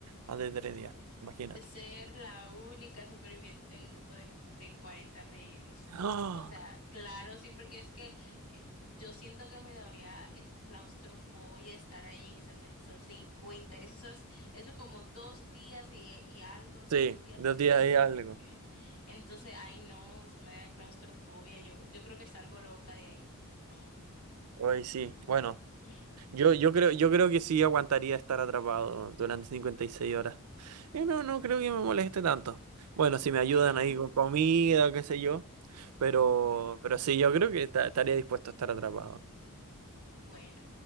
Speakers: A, on the right; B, on the left.
A: más de tres días, imagínate.
B: ser la única superviviente en un grupo de, de 40 rehenes.
A: ¡Ah!
B: O sea, claro, sí, porque es que eh, yo siento que me daría eh, claustrofobia estar ahí en ese ascensor cincuenta, Eso, eso es eso como dos días y, y algo, o sea,
A: Sí,
B: dos días
A: dos
B: y medio,
A: días y algo.
B: no sé qué. Entonces, ay, no, eso me da claustrofobia. Yo, yo creo que salgo loca de ahí. No.
A: Hoy sí. Bueno,
B: <laughs>
A: yo, yo creo, yo creo que sí aguantaría estar atrapado durante 56 horas. Eh, no, no creo que me moleste tanto. Bueno, si me
B: Bueno.
A: ayudan ahí con comida qué sé yo. Pero,
B: <laughs>
A: pero sí, yo creo que esta- estaría dispuesto a estar atrapado.
B: Bueno,